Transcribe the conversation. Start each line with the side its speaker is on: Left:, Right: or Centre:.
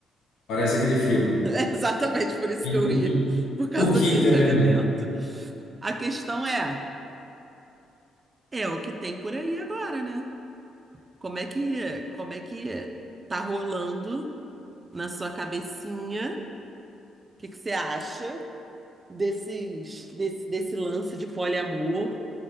Left: Parece aquele filme.
Right: É exatamente por isso que
Left: E
Right: eu
Left: O,
Right: ia,
Left: qui-
Right: por causa
Left: o
Right: do
Left: quinto
Right: quinto
Left: elemento.
Right: elemento. A questão é, é o que tem por aí agora, né? Como é que, como é que tá rolando na sua cabecinha? O que que você acha desses, desse, desse lance de poliamor,